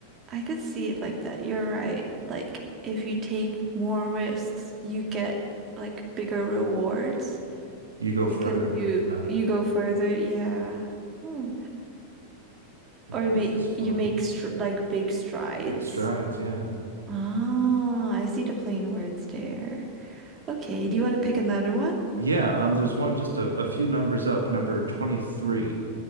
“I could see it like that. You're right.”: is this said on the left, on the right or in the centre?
Right